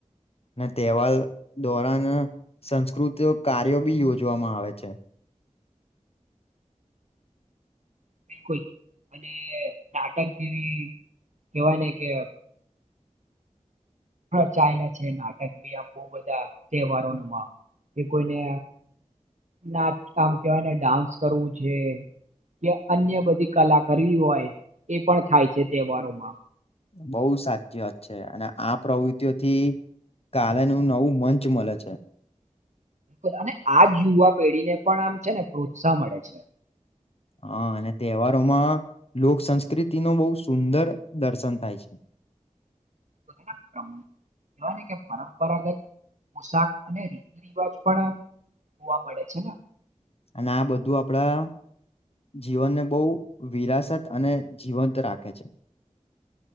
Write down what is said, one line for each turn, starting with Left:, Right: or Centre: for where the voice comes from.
Left: અને તહેવાર દોરાન સંસ્કૃત કાર્યો બી યોજવામાં આવે છે.
Right: બિલકુલ અને નાટક એવી કેવાય ને કે ચાલે છે નાટક બી આમ બ બધા તહેવારો કે કોઈને નાચ કામ કેવાયને ડાન્સ કરવું છે. કે અન્ય બધી કલા કરવી હોય એ પણ થાય છે તહેવારોમાં
Left: બઉુ સાચી વાત છે અને આ પ્રવૃતિઓથી કાલેનું નવું મંચ મળે છે.
Right: બલકુલ અને આજ યુવા પેઢી ને પણ આમ છે ને પ્રોત્સાહ મળે છે.
Left: હા અને તહેવારોમાં લોક સંસ્કૃતિ ન બહુ સુંદર દર્શન થાય છે. હ
Right: બનકમ <unintelligible> કવાય ને કે પરંપરાગત પોશાક અને રીતિ રિવાજ પણ જોવા મળે છે ને.
Left: અને આ બધું આપડા જીવનને બહુ વિરાસત અને જીવંત રાખે છે. <inaudible>